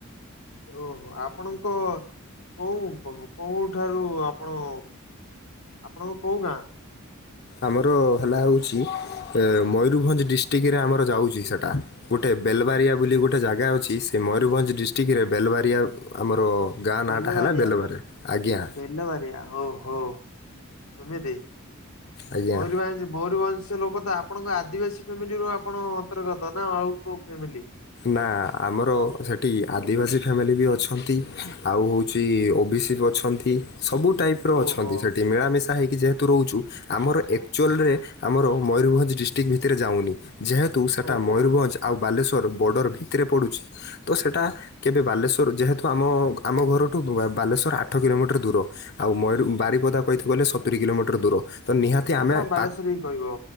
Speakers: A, on the left (about 85°); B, on the left (about 50°).
A: ଓହୋ! ଆପଣଙ୍କ କୋଉଁ କୋହୁ କୋଉଠାରୁ ଆପଣ ଆପଣଙ୍କ କୋଉ ଗାଁ?
B: ଆମର ହେଲା ହଉଛି ଏ ମୟୂରଭଞ୍ଜ ଡିଷ୍ଟ୍ରିକ୍ଟରେ ଆମର ଯାଉଛି ସେଟା। ଗୋଟେ ବେଲବାରିଆ ବୋଲି ଗୋଟେ ଜାଗା ଅଛି, ସେ ମୟୂରଭଞ୍ଜ ଡିଷ୍ଟ୍ରିକ୍ ଟରେ ବେଲବାରିଆ ଆମର ଗାଁ
A: ବେଲବାରିଆ
B: ନାଁଟା ହେଲା ବେଲବାରେ ଆଜ୍ଞା।
A: ବେଲବାରିଆ ହଉ ହଉ ଏମିତି
B: ଆଜ୍ଞା
A: ମୟୂରଭଞ୍ଜ ମୟୂରଭଞ୍ଜ ସେ ଲୋକ ତ ଆପଣଙ୍କ ଆଦିବାସୀ ଫ୍ୟାମିଲି ର ଆପଣ ଅନ୍ତର୍ଗତ ନା ଆଉ କୋଉ ଫ୍ୟାମିଲି?
B: ନା ଆମର ସେଠି ଆଦିବାସୀ ଫ୍ୟାମିଲି ବି ଅଛନ୍ତି, ଆଉ ହଉଛି ଓ ବି ସି ବି ଅଛ ଛନ୍ତି, ସବୁ ଟାଇପ୍ ର
A: ଓହୋ
B: ଅଛନ୍ତି ସେଠି ମିଳାମିଶା ହେଇକି ଯେହେ ତୁ ରହୁଛୁ ଆମର ଏକ୍ଚୁଲରେ ଆମର ମୟୂରଭଞ୍ଜ ଡିଷ୍ଟ୍ରିକ୍ ଭିତରେ ଯାଉନି। ଯେହେତୁ ସେଟା
A: ଓହୋ
B: ମୟୂରଭଞ୍ଜ ଆଉ ବାଲେଶ୍ୱର ବର୍ଡ଼ର ଭିତରେ ପଡ଼ୁଛି ତ ସେଟା କେବେ ବାଲେଶ୍ଵର ଯେହେତୁ ଆମ ଆମ ଘରଠୁ ବା-ବାଲେଶ୍ଵର ଆଠ କିଲୋମିଟର ଦୂର। ଆଉ ମୟୁରୁ ବାରିପଦା କହିଥିବ ଗଲେ ସତୁରି କିଲୋମିଟର ଦୂର ତ ନିହାତି ଆମେ
A: ଆପଣ ବାଲେଶ୍ଵରୀ
B: ପାକ୍
A: ହିଁ କହିବ